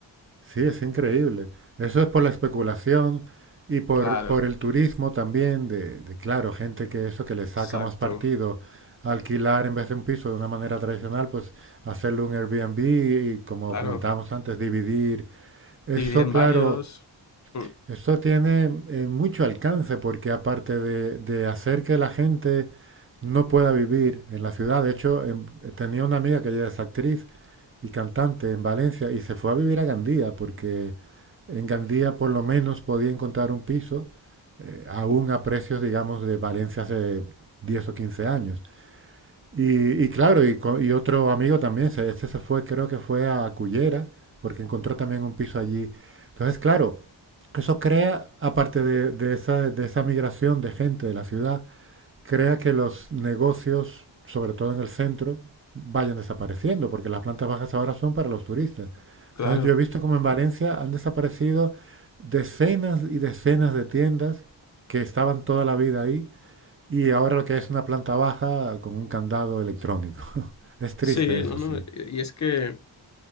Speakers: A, on the right; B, on the left.
A: Sí, es increíble. Eso es por la especulación y por,
B: Claro,
A: por el turismo también, de, de, claro, gente que eso que le saca
B: exacto,
A: más partido alquilar en vez de un piso de una manera tradicional, pues hacerle un Airbnb y como
B: claro,
A: comentábamos antes, dividir. Eso,
B: dividir en
A: claro,
B: varios, mm,
A: eso tiene eh, mucho alcance porque aparte de, de hacer que la gente no pueda vivir en la ciudad, de hecho, em, tenía una amiga que ella es actriz y cantante en Valencia y se fue a vivir a Gandía porque en Gandía por lo menos podía encontrar un piso eh, aún a precios, digamos, de Valencia hace 10 o 15 años. Y, y claro, y, co- y otro amigo también, este se fue, creo que fue a Cullera, porque encontró también un piso allí. Entonces, claro, eso crea, aparte de, de esa, de esa migración de gente de la ciudad, crea que los negocios, sobre todo en el centro, vayan desapareciendo, porque las plantas bajas ahora son para los turistas.
B: claro,
A: Entonces yo he visto como en Valencia han desaparecido decenas y decenas de tiendas que estaban toda la vida ahí y ahora lo que es una planta baja con un candado electrónico. <laughs> Es triste
B: sí,
A: eso,
B: no, no,
A: sí.
B: y es que...